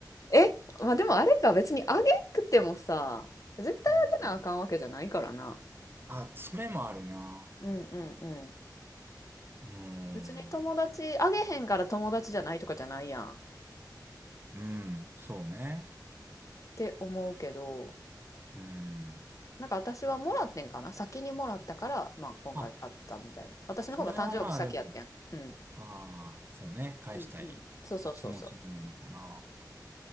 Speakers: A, on the left; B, on the right.
A: え、まあ、でもあれか、別にあげんくてもさ、絶対あげなあかんわけじゃないからな。
B: うん。あ、それもあるな。
A: うんうんうん。
B: うん。
A: 別に友達、あげへんから友達じゃないとかじゃないやんっ
B: うん。そうね。
A: て思うけど、
B: うん。
A: なんか私はもらってんかな先にもらったから、まあ今回買ったみたいな。
B: あ、
A: 私の方が誕生日先やってん。
B: それはまあでも、
A: うん。
B: ああ、そうね。返したい気持ちになるかな。
A: うんうん。そうそうそうそう。